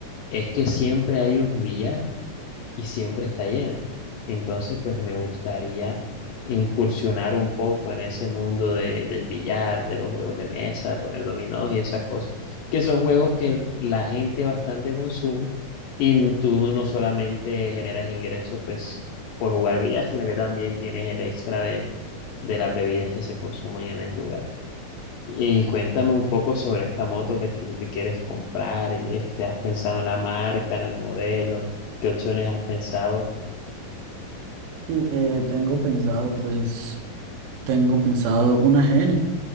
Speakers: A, on the left (about 75°); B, on the right (about 80°).
A: es que siempre hay un billar y siempre está lleno. Entonces, pues me gustaría incursionar un poco en ese mundo de- del billar, de los juegos de mesa, poner dominós y esas cosas, que son juegos que la gente bastante consume y n- tú no solamente generas ingresos pues por jugar billar, sino que también tienes el extra de, de las bebidas que se consuman en el lugar. Y cuéntame un poco sobre esta moto que tú te quieres comprar. Este, ¿has pensado en la marca, en el modelo? ¿Qué opciones has pensado?
B: Sí, eh, tengo pensado pues, tengo pensado una AGN.